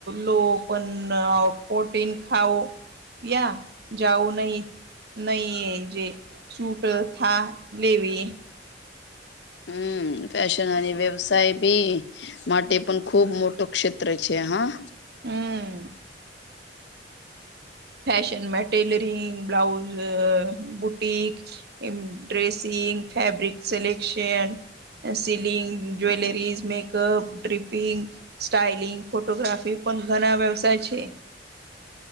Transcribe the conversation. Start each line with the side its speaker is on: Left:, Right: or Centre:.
Right: લો પણ પ્રોટીન ખાઓ યા જાવું નહી નહી એ જે સૂટ થા લેવી
Left: હમ ફશનની વ્યવસાય ભી માટે પણ ખુબ મોટો ક્ષેત્ર છે હા
Right: હમ ફશન મેટેલરિંગ બ્લાઉઝ બુટક એ ડ્રેસિંગ ફેબ્રિક સલેકશન સીલિંગ jewelleries makeup dripping styling photography પણ ઘણા વ્યવસાય છે